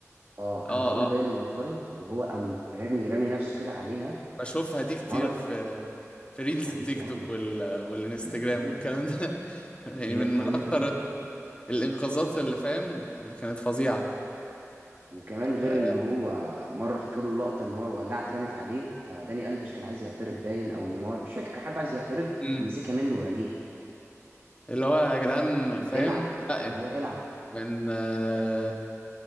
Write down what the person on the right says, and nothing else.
اه كان
راؤول باين
منفرد وهو قام رامي رامي نفسه كده عليها
ومرض
قوية
أوي
أنا بقول
لك
هي
قوية
أوي
وكمان غير
إن هو مرة فاكر له اللقطة إن هو ولعت اترمت عليه فداني ألفيش كان عايز يعترض باين أو نيمار مش فاكر كان حد عايز يعترض
مسكها منه ورميها
العب
اللي هو العب